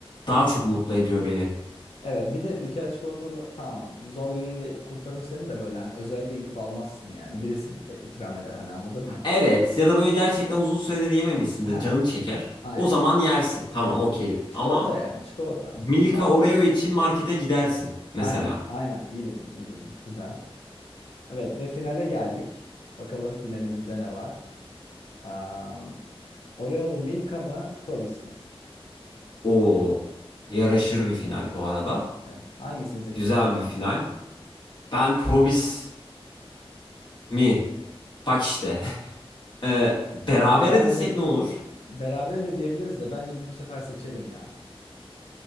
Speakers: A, on the left; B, on the left.
A: Daha çok mutlu ediyor beni.
B: Evet bir de Ülker çikolatalı tamam zor gününde kurtarır seni de böyle hani özellikle gidip almazsın yani. Birisi de ikram eder hani anladın mı?
A: Evet ya da böyle gerçekten uzun süredir yememişsindir.
B: Ha,
A: Canın çeker.
B: aynen.
A: O zaman yersin. Tamam okeyim.
B: Çikolata
A: Ama
B: yani çikolata.
A: Milka
B: Ama
A: Oreo için markete gidersin mesela.
B: aynen aynen iyi dedin iyi dedin. Güzel. Evet ve finale geldik. Bakalım finalimizde ne var? Um, Oreo'lu Milka mı? Probis mi?
A: O yaraşır bir final bu arada.
B: Evet. Hangisini seçelim?
A: Güzel bir final. Ben Probis mi? Bak işte. <laughs> Ee, berabere
B: Ya bence
A: desek ne olur?
B: berabere de diyebiliriz de bence bu sefer seçelim ya.